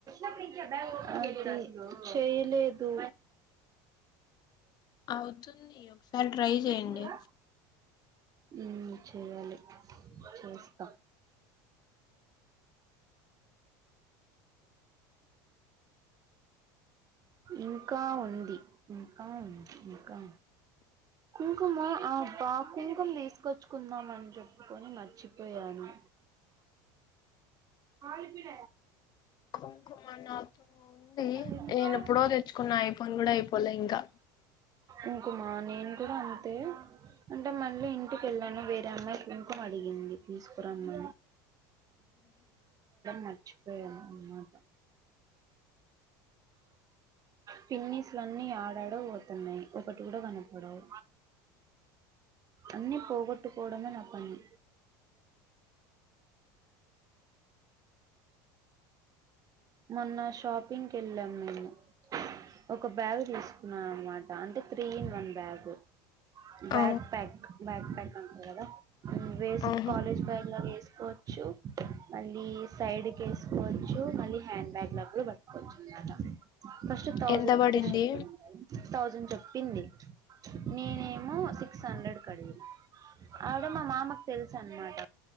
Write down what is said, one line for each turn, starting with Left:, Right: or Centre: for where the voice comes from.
Right: అ చేయలేదు
Left: అవుతుంది ఒకసారి ట్రై
Right: సక్సెస్ఫుల్
Left: చెయండి
Right: గా మ్మ్ చేయాలి చూస్తా ఇంకా ఉంది ఇంకా ఉ ఇంకా కుకు మ ఆ బపు కుంకం తీసుకొచ్చుకుందామని చెప్పుకొని మర్చిపోయాను ఆ ఇప్పుడ
Left: కొంకోమ నాతో ఉండి
Right: ఎందుకు
Left: నేను ఎప్పుడో తెచ్చుకున్నా యిపోన్ కూడా అయిపోలే ఇంకా
Right: ఇంకుమా నేను కూడా అంతే అంటే మళ్ళీ ఇంటికిెళ్ళ నేను వేరే అమ్మాయి ఫంకం అడిగింది తీసుకురమ్మ మచిపోయి అమాట పిన్నిస్లన్నిీ ఆడాడ పోతున్నాయి ఒకటి కూడా కనపడవు అన్ని పోగొట్టుకోవడమే నా పని మొన్న షాపింగ్కి వెళ్ళాం మేము ఒక బ్యాగు్ తీసుకున్నానునమాట అంటే త్రీ ఇన్ వన్ బ్యాగు బ్యాగ్
Left: ఆ
Right: ప్యాక్ బ్యాగ్ ప్యాక్ అంటందిదా వేస్ట్
Left: ఆహా
Right: కాలేజ్ బ్యాగ్ లాగ వేస్ సుకోవచ్చు మళ్ళీ సైడ్ క వేసుకోవచ్చు మళ్ళీ హ్యాండ్ బ్యాగ్ లా కూడా పట్టుకొచ్చున్నట ఫస్ట్ థౌజండ్
Left: ఎంత పడింది
Right: రూపీస్ చెప్పింది థౌజండ్ చెప్పింది నేనేమో సిక్ సిక్స్ హండ్రెడ్ కడిగిిన ఆవిడ మా మామకు తెలుసు చ అనమాట